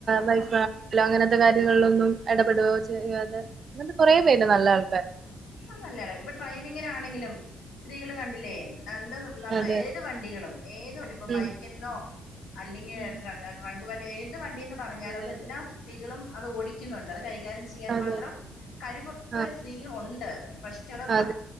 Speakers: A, on the right; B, on the left.
A: വൈഫാ
B: ആ
A: അങ്ങനത്തെ കാര്യങ്ങളിലൊന്നും ഇടപെടുയോ ചെയ്യാതെ അങ്ങനത്തെ കുറേ പേരുണ്ട് നല്ല ആൾക്കാര്
B: അ നല്ലയാണ് ഇപ്പൊ ഡ്രൈവിങ്ങിനാണെങ്കിലും സ്ത്രീകള് കണ്ടില്ലേ ന ന
A: അതെ
B: ഏത് വണ്ടികളും ഏത് വണ്ടി ഇപ്പൊ
A: ഉം
B: ബൈക്കെന്നോ അല്ലെങ്കി
A: ഉം
B: ട്രാ ട്രങ്ക് വണ്ടി ഏത് വണ്ടിന്ന് പറഞ്ഞാലും
A: അതെ
B: അതെല്ലാം
A: അതെ
B: സ്ത്രീകളും അത് ഓടിക്കുന്നുണ്ട് അത് കൈകാര്യം ചെയ്യാൻ
A: അതെ
B: മാത്രം കഴിവുള്ളൊരു
A: ആ
B: സ്ത്രീകളൊണ്ട് പക്ഷെ അതൊന്ന്
A: അതെ